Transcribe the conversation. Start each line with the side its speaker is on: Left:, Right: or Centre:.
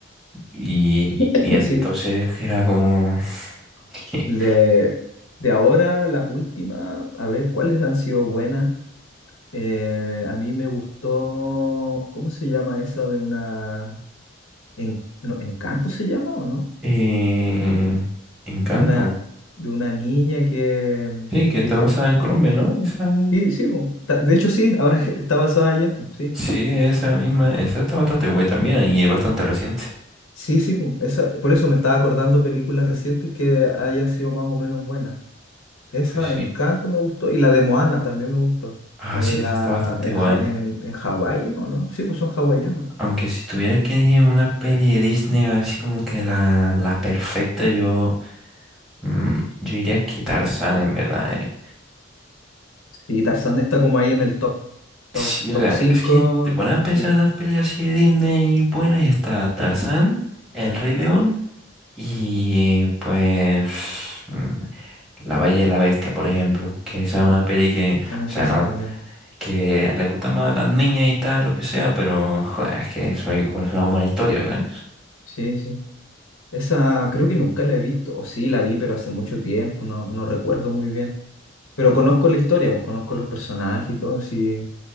Centre: Y,
Left: <laughs>
Centre: y, y entonces
Left: sí.
Centre: era como... <laughs> ¿qué?
Left: De, de ahora, las últimas, a ver cuáles han sido buenas. Eh, a mí me gustó, ¿cómo se llama esa de una... En, no, ¿Encanto se llama o no?
Centre: Eh, Encanto.
Left: De una, de una niña que,
Centre: Sí, que
Left: que
Centre: está basada
Left: es,
Centre: en Colombia, ¿no? Esa-
Left: Sí, sí, po. Ta- De hecho, sí, ahora <laughs> que está basada allá, po, sí.
Centre: sí, esa misma, esa está bastante guay también y es bastante reciente.
Left: Sí, sí, po. Esa, por eso me estaba acordando películas recientes que hayan sido más o menos buenas. Esa,
Centre: Pues
Left: Encanto,
Centre: sí.
Left: me gustó, y la de Moana también me gustó.
Centre: Ah,
Left: La
Centre: sí,
Left: de la
Centre: esa está bastante
Left: en,
Centre: guay.
Left: Ja- en, en Hawái, ¿es ¿o no? Sí, pues son hawaianos.
Centre: Aunque si tuviera que elegir una peli de Disney, así como que la, la perfecta, yo, mm, yo diría que Tarzán, en verdad. eh.
Left: Sí, Tarzán está como ahí en el top, top,
Centre: Sí,
Left: top
Centre: o sea,
Left: 5,
Centre: es que te pones a pensar
Left: Sí,
Centre: en las peleas así de Disney buenas y está Tarzán, El Rey León y eh, pues mm, La Bella y la Bestia, por ejemplo, que esa es una peli que,
Left: ah, sí,
Centre: o sea,
Left: esa
Centre: no,
Left: también.
Centre: que le gusta más a las niñas y tal, lo que sea, pero joder, es que eso es es una buena historia, ¿ves?
Left: Sí, sí. Esa creo que nunca la he visto, o sí, la vi, pero hace mucho tiempo, no, no recuerdo muy bien. Pero conozco la historia, pues conozco los personajes y todo, sí,